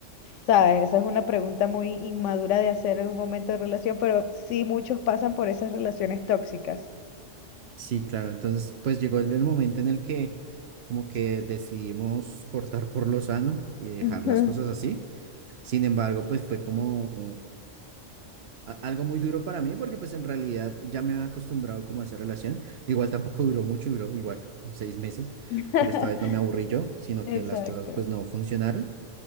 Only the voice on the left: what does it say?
¿Sabes? Esa es una pregunta muy inmadura de hacer en un momento de relación, pero sí muchos pasan por esas relaciones tóxicas.
Ujú.
<laughs>
Exacto.